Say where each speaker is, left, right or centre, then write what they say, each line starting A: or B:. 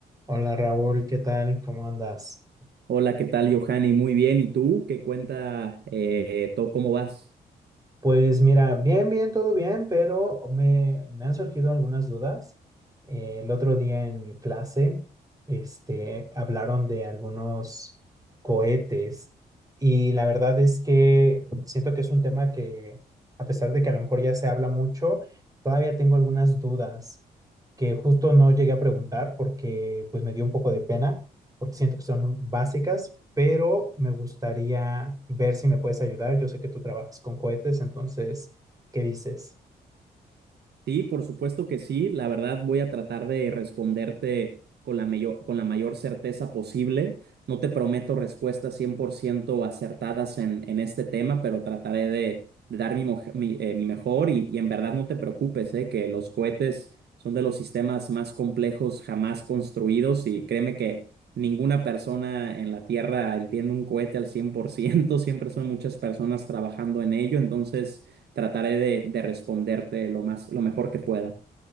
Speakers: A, on the right; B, on the right.
A: Hola Raúl, ¿qué tal? ¿Cómo andas?
B: Hola, ¿qué tal, Johanny? Muy bien. ¿Y tú? ¿Qué cuenta? Eh, todo, ¿cómo vas?
A: Pues mira, bien, bien, todo bien, pero me, me han surgido algunas dudas. Eh, el otro día en clase, este, hablaron de algunos cohetes y la verdad es que siento que es un tema que, a pesar de que a lo mejor ya se habla mucho, todavía tengo algunas dudas que justo no llegué a preguntar porque pues me dio un poco de pena. porque siento que son básicas, pero me gustaría ver si me puedes ayudar. Yo sé que tú trabajas con cohetes, entonces, ¿qué dices?
B: Sí, por supuesto que sí. La verdad voy a tratar de responderte con la mayor, con la mayor certeza posible. No te prometo respuestas 100% acertadas en, en este tema, pero trataré de, de dar mi, moj- mi, eh, mi mejor y, y en verdad no te preocupes, eh, que los cohetes son de los sistemas más complejos jamás construidos y créeme que ninguna persona en la Tierra entiende un cohete al 100%. <laughs> Siempre son muchas personas trabajando en ello, entonces trataré de, de responderte lo más, lo mejor que pueda.